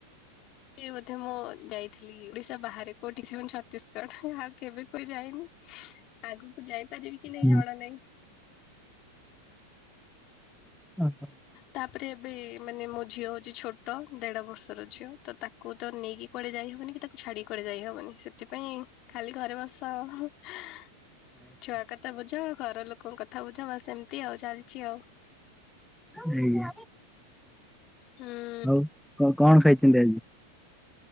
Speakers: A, on the left; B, in the centre.
A: ସେ ବୋଧେ ମୁଁ ଯାଇଥିଲି ଓଡିଶା ବାହାରେ କୋଉଠିକି କହନି ଛତିଶଗଡ ଆଉ କେବେ କୁଆଡେ ଯାଇନି। ଆଗକୁ ଯାଇପାରିବି କି ନାଇଁ
B: ହୁଁ,
A: ଜଣା ନାହିଁ।
B: ଓହୋ।
A: ତାପରେ ଏବେ ମାନେ ମୋ ଝିଅ ହଉଛି ଛୋଟ ଦେଢ ବର୍ଷର ଝିଅ ତ ତାକୁ ତାକୁ ତ ନେଇକି କୁଆଡେ ଯାଇ ହବନି କି ତାକୁ ଛାଡିକି କୁଆଡେ ଯାଇ ହବନି ସେଥିପାଇଁ ଖାଲି ଘରେ ବସ <unintelligible> ଛୁଆ କଥା ବୁଝ ଘର ଲୋକଙ୍କ କଥା ବୁଝ ବାସ୍ ଏମିତି ଆଉ ଚାଲିଛି ଆଉ।
B: ହୁଁ।
A: ହୁଁ।
B: ଆଉ କ-କଣ ଖାଇଛନ୍ତି ଆଜି?